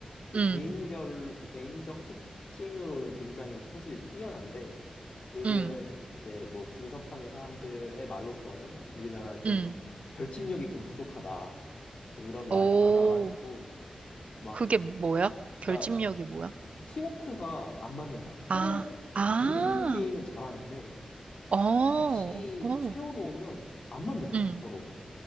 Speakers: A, on the left; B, on the right.
A: 이
B: 음,
A: 개인별 개인적 특징으로는 굉장히 선수들이 뛰어난데 요즘
B: 음,
A: 이제 뭐 분석하는 사람들의 말로서는 우리나라 좀
B: 음.
A: 결집력이 좀 부족하다. 좀 이런 말이
B: 오,
A: 많아가지고 막
B: 그게 뭐야?
A: 그러니까
B: 결집력이 뭐야?
A: 팀워크가 안 맞는다. 서로
B: 아,
A: 그러니까
B: 아,
A: 개인 개인은 잘하는데
B: 어,
A: 같이
B: 어,
A: 세워놓으면 안 맞는 거야
B: 응.
A: 서로.